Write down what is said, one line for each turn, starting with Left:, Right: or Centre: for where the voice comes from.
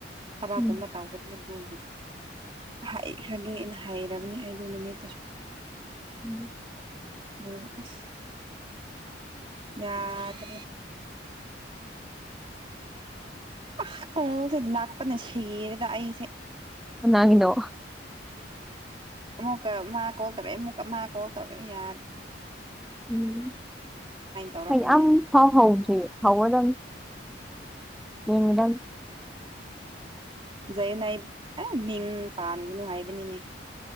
Right: ꯊꯕꯥꯛꯀꯨꯝꯕ
Centre: ꯎꯝ
Right: ꯇꯥꯎꯕꯗꯨꯁꯨ ꯇꯨꯈꯤ ꯍꯥꯏ ꯈ ꯍꯩꯔꯕꯅꯤ ꯑꯩꯗ ꯅꯨꯃꯤꯠꯇꯁꯨ
Centre: ꯎꯝ
Right: ꯑꯝ ꯑ ꯌꯥꯗ ꯑ ꯑꯣꯁꯦ ꯅꯥꯛꯄꯅ ꯁꯤꯔꯦꯗ ꯑꯩꯁꯦ
Centre: ꯥꯡ ꯉꯅꯣ
Right: ꯑꯃꯨꯛꯀ ꯃꯥ ꯀꯣꯜ ꯇꯧꯔꯛꯑꯦ ꯑꯃꯨꯛꯀ ꯃꯥ ꯀꯣꯜ ꯇꯧꯔꯛꯦ ꯌꯥꯗꯦ
Centre: ꯎꯝ
Right: ꯇꯧꯔꯛꯀꯅꯤ
Centre: ꯍꯥꯏꯗꯤ ꯌꯥꯝ
Right: ꯍꯥꯏꯕꯗꯤ
Centre: ꯐꯥꯎ
Right: ꯈꯪ
Centre: ꯍꯥꯎꯗ꯭ꯔꯤ ꯍꯥꯎꯋ ꯅꯪ ꯃꯤꯗꯝ
Right: ꯖꯩ ꯅꯥꯏ ꯑꯦ ꯃꯤꯡ ꯄꯥꯟꯒꯅꯨ ꯍꯥꯏꯕꯅꯤꯅꯦ